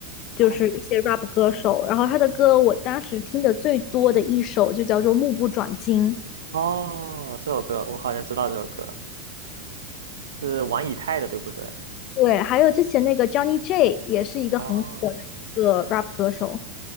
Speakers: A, on the left; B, on the right.
A: 就是一些
B: 哦，
A: rap 歌手。然后他的歌，我当时听的最多的一首就叫做《目不转睛》。
B: 哦，这首歌我好像知道这首歌。是玩以太的，对不对？
A: 对，还有之前那个 Johnny J 也是一个很火的一个
B: 哦，
A: rap 歌手。